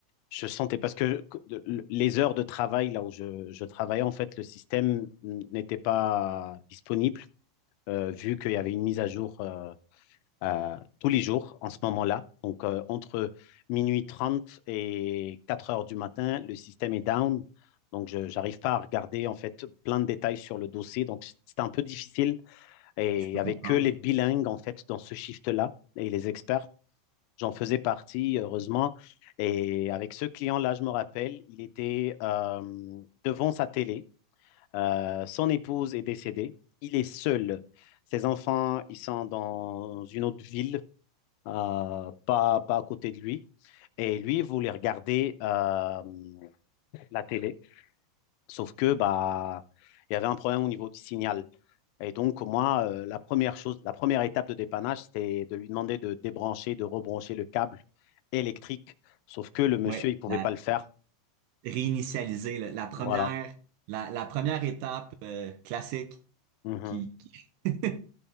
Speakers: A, on the left (about 85°); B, on the right (about 80°).
A: je sentais parce que que- le- les heures de travail là où je, je travaillais, en fait, le système n'était pas euh, disponible euh, vu qu'il y avait une mise à jour euh, euh, tous les jours en ce moment-là. Donc, euh, entre minuit 30 et 4 heures du matin, le système est down. Donc, je n'arrive pas à regarder en fait plein de détails sur le dossier. Donc, c'était un peu difficile. Et
B: je peux
A: avec
B: comprendre.
A: que les bilingues en fait dans ce shift-là et les experts, j'en faisais partie, heureusement. Et avec ce client-là, je me rappelle, il était euh, devant sa télé. Euh, son épouse est décédée. Il est seul. Ses enfants, ils sont dans une autre ville, euh, pas, pas à côté de lui. Et lui, il voulait regarder euh, la télé. Sauf que bah, il y avait un problème au niveau du signal. Et donc, moi, euh, la première chose, la première étape de dépannage, c'était de lui demander de débrancher, de rebrancher le câble électrique. Sauf que le monsieur,
B: Oui,
A: il ne pouvait
B: la,
A: pas le faire.
B: réinitialiser, la, la première,
A: Voilà.
B: la, la première étape euh, classique
A: Mhm.
B: qui... qui- <laughs>